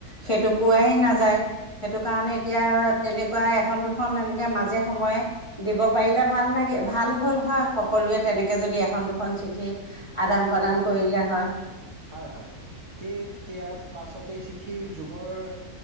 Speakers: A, on the left (about 20°); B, on the right (about 55°).
A: সেইটো পোৱাই নাযায়। সেইটো কাৰণে এতিয়া তেনেকুৱা এখন -দুখন এনেকে মাজে সময়ে দিব পাৰিলে ভাল লাগে, ভাল হ'ল হয় সকলোৱে তেনেকে যদি এখন- দুখন খন চিঠি আদান- প্ৰদান
B: অ
A: কৰিলে হয়।
B: হয়- হয় ঠিক ইয়াৰ পাছতে চিঠিৰ যুগৰ